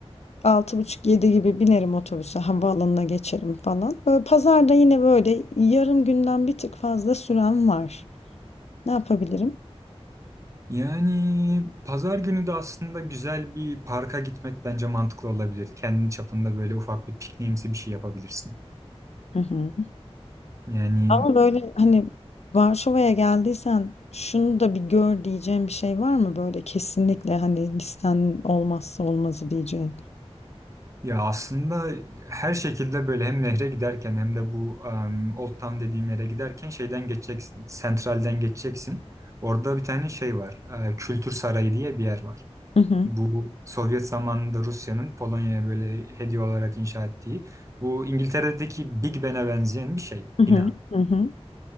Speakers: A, on the left; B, on the right.
A: altı buçuk yedi gibi binerim otobüse, havaalanına geçerim falan. Böyle pazarda yine böyle yarım günden bir tık fazla süren var. Ne yapabilirim?
B: Yani pazar günü de aslında güzel bir parka gitmek bence mantıklı olabilir. Kendi çapında böyle ufak bir pikniğimsi bir şey yapabilirsin.
A: Hı hı.
B: Yani
A: Ama böyle hani Varşova'ya geldiysen şunu da bir gör diyeceğim bir şey var mı böyle kesinlikle hani listenin olmazsa olmazı diyeceğin?
B: ya aslında her şekilde böyle hem nehre giderken hem de bu em, Old Town dediğim yere giderken şeyden geçeceksin. Sentralden geçeceksin. Orada bir tane şey var. e, Kültür Sarayı diye bir yer var.
A: Hı hı,
B: Bu Sovyet zamanında Rusya'nın Polonya'ya böyle hediye olarak inşa ettiği. Bu İngiltere'deki Big Ben'e benzeyen bir şey,
A: hı hı,
B: bina.
A: hı hı,